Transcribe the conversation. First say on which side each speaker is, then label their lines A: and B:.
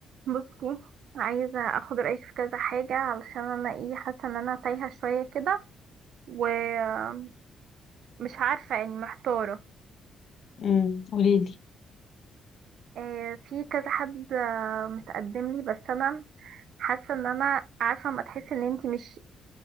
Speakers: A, on the right (about 70°); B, on the left (about 55°).
A: بصي عايزة اخد رأيك في كذا حاجة علشان انا ايه حاسة ان انا تايهة شوية كده ومش عارفة يعني محتارة
B: امم قولي لي
A: آه، في كذا حد آه، متقدم لي بس انا حاسة ان انا عارفة ما تحس ان انتي مش